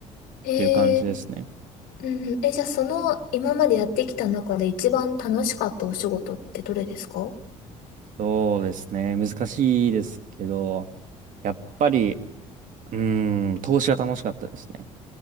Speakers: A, on the left; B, on the right.
A: えー、
B: ていう感じですね。
A: うんうん。え、じゃあその今までやってきた中で一番楽しかったお仕事ってどれですか
B: そうですね。難しいですけど、やっぱり、うーん、投資が楽しかったですね。